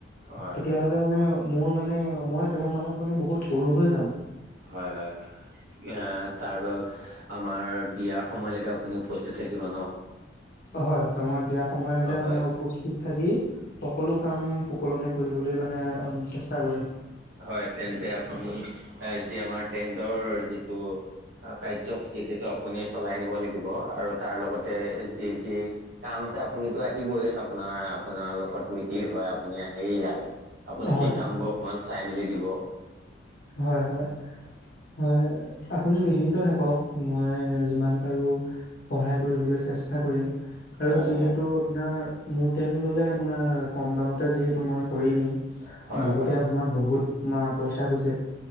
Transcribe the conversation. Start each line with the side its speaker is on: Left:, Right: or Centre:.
Right: হয়,
Left: তেতিয়াহ'লে
Right: হয়।
Left: মানে মোৰ মানে মই তেওঁৰ মনত মানে বহুত সৰু হৈ যাম
Right: হয় হয় এ তাৰ বা আমাৰ বিয়াৰ সময়লৈকে মানে উপস্থিত থাকিব ন?
Left: হয় মই দিয়া সময়লৈকে
Right: অ',
Left: আপোনাৰ
Right: হয়।
Left: উপস্থিত থাকি সকলো কাম সুকলমে কৰিবলৈ মানে চেষ্টা কৰিম
Right: হয় তেন্তে আপুনি যি আমাৰ টেণ্ডৰ যিটো কাৰ্যসূচী সেইটো আপুনি চলাই নিব লাগিব আৰু তাৰ লগতে যি যি কাম আছে আপুনিতো আহিবই আপোনাৰ আপোনাৰ লগত মিতিৰ হয় আপুনি আহেই ইয়ালে আপুনি
Left: হয়
Right: সেই কামবোৰ অকমান চাই মেলি দিব
Left: হয় হয় হয় আপুনি নিশ্চিন্ত থাকক মই যিমান পাৰো সহায় কৰিবলৈ চেষ্টা কৰিম আৰু
Right: হয়
Left: যিহেতু আপোনাৰ মোৰ টেন ল'লে আপোনাৰ কম দামতে যিহেতু মই কৰি দিম
Right: হয়
Left: বহুতে
Right: হয়
Left: আপোনাৰ বহুত মা পইচা গৈছে